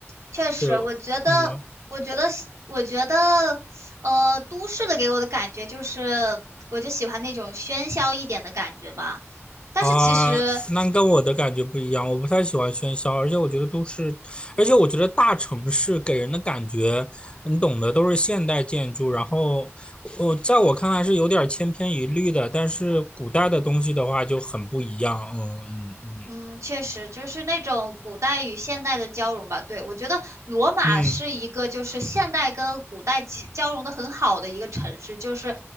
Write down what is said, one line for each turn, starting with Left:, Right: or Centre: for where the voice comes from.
Right: 确实，
Left: 就嗯。
Right: 我觉得，我觉得喜我觉得，呃，都市的给我的感觉就是，我就喜欢那种喧嚣一点的感觉吧。但是其实。
Left: 啊，那跟我的感觉不一样，我不太喜欢喧嚣，而且我觉得都市，而且我觉得大城市给人的感觉，你懂的，都是现代建筑，然后我在我看来是有点千篇一律的，但是古代的东西的话就很不一样，嗯嗯
Right: 嗯，确实就是那种古代与现代的交融吧。对，我觉得罗马是一个就是现代跟古代其交融的很好的一个城市，
Left: 嗯嗯，
Right: 就是